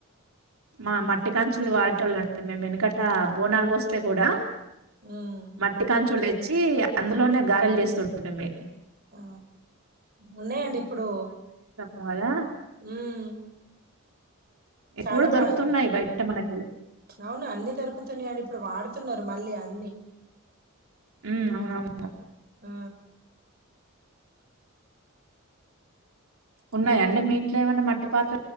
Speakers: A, on the right; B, on the right.
A: మా మట్టి కాంచులు వాడట వాళ్ళడి మేము వెనకట
B: అవును
A: బోనాలు పోస్తాం అే కూడాడా
B: ఉమ్,
A: మట్టి కాంచుడే వచ్చి అందులోనే గారలు చేస్తుండడమే
B: ఆ ఉన్నాయండి ఇప్పుడు
A: బాలా
B: అహ్
A: ఇప్పుడు
B: చాలా బాగా
A: దొరుకుతున్నాయి బయట మనకి.
B: అవును అన్ని దొరుకుతున్నాయి అండి ఇప్పుడు వాడుత న్నారు మళ్ళీ అన్నీ
A: ఉమ్ అవ అవునంటా
B: ఆ
A: ఉన్నాయండి మీ ఇంట్లో ఏమైన్నా మట్టి పాత్ర